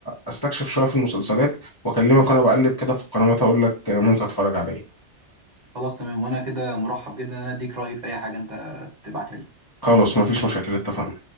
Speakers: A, on the left; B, on the right.
A: استكشف شويه في المسلسلات واكلمك وانا بقلب كده في القنوات اقول لك ممكن اتفرج على ايه
B: خلاص تمام وانا كده مرحب جدا ان انا اديك رايي في اي حاجه انت تبعتها لي
A: خلاص مفيش مشاكل اتفقنا